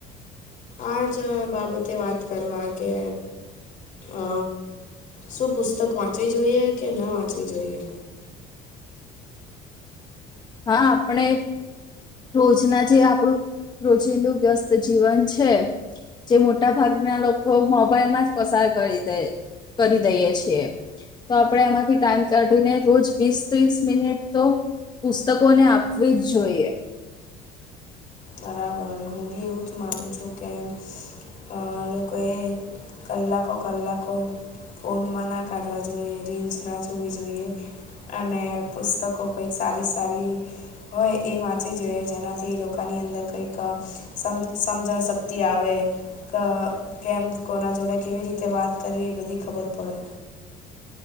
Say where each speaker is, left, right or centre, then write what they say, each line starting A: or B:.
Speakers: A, on the left; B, on the left.
A: આ જ બાબતે વાત કરવા કે અ શું પુસ્તક વાંચવી જોઈએ કે ના વાંચવી જોઈએ?
B: હા આપણે રોજના જે આપણું રોજિંદું વ્યસ્ત જીવન છે. જે મોટા ભાગના લોકો મોબાઈલ માં જ પસાર કરી દે કરી દઈએ છીએ. તો આપણે એમાંથી ટાઈમ કાઢીને રોજ વીસ ત્રીસ મિનિટ તો પુસ્તકો ને આપવી જ જોઈએ.
A: બરાબર હું બી એવું જ માનું છું. કે અ લોકોએ કલાકો કલાકો ફોનમાં ના કાઢવા જોઈએ. રીલ્સ ના જોવી જોઈએ. અને પુસ્તકો કંઈક સારી સારી હોય એ વાંચવી જોઈએ. જેનાથી એ લોકો આની અંદર કહી ક સમ સમજણ શક્તિ આવે. ક કેમ કોના જોડે કેવી રીતે વાત કરવી એ બધી ખબર પડે.